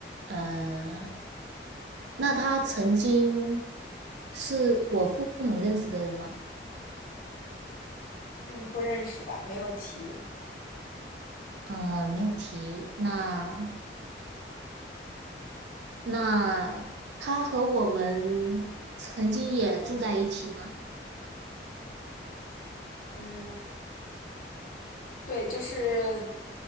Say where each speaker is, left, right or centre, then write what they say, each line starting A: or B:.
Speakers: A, on the right; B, on the left.
A: 呃，那她曾经是我父母认识的人吗？
B: 嗯，不认识吧？没有提，
A: 呃，没有提。那那她和我们曾经也住在一起吗？
B: 嗯，对，就是